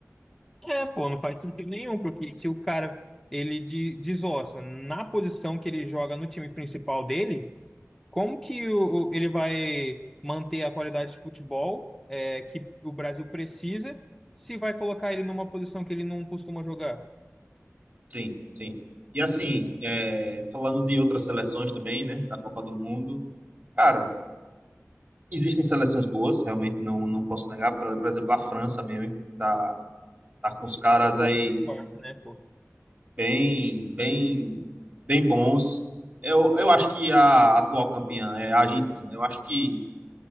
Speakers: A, in the centre; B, on the right.
A: É, pô, não faz sentido nenhum, porque se o cara ele de- desossa na posição que ele joga no time principal dele, como que o, o- ele vai manter a qualidade de futebol é, que o Brasil precisa se vai colocar ele numa posição que ele não costuma jogar?
B: Sim, sim. E assim, é, falando de outras seleções também, né, da Copa do Mundo, cara, existem seleções boas, realmente não, não posso negar, por, por exemplo, a França mesmo, tá, tá com os caras
A: Sabe?
B: aí
A: forte, né, pô?
B: bem, bem, bem bons. Eu, eu acho que a atual campeã é a Argentina. Eu acho que